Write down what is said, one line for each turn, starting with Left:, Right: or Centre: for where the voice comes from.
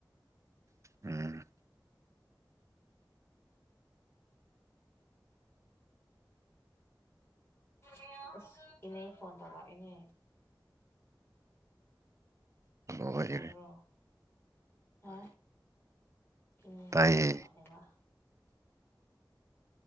Right: ꯎꯝ
Left: ꯑ ꯏꯅꯦ <unintelligible> ꯐꯣꯟ ꯇꯧꯕ ꯏꯅꯦ
Right: ꯑꯣ ꯍꯣꯏꯔꯦ
Left: ꯇꯥꯕ꯭ꯔꯣ ꯍꯥ ꯎꯝ
Right: ꯇꯥꯏꯌꯦ
Left: ꯐꯣꯟ ꯇꯧꯔꯛꯑꯦꯕ